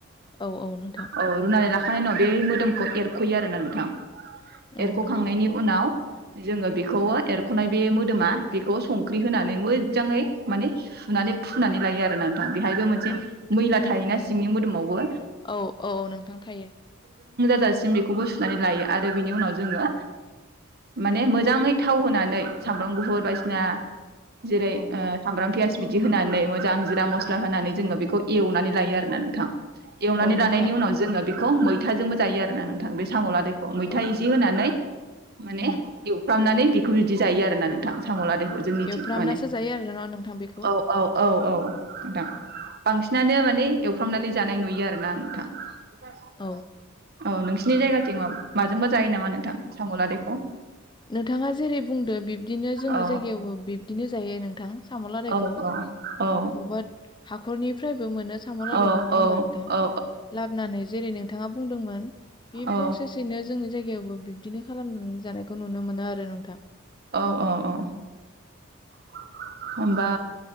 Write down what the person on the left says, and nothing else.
औ औ नोंथां
औ नोंथां
औ नोंथां
औ औ नोंथां थायो।
औ
औ नोंथां
औ
उम
औ
एवफ्रामनासो
जायो आरोना नोंथां बेखौ
औ
औ
<inaudible> नोंथाङा जेरै बुं- दो बि- दिनो जोंनि
जायगायावबो बिबदिनो जायो नोंथां। साम'लादायखौ
बबा हा- हाखरनिफ्रायबो मोनो साम'लादखौ
नङा होम्बा
नोंथां
लाबनानै जेरैनो नोंथाङा बुंदोंमोन बे
प्रसेसयैनो जोंनि जाय गायावबो बिब्दिनो खालामनानै जानायखौ नुनो मोनो आरो नोंथां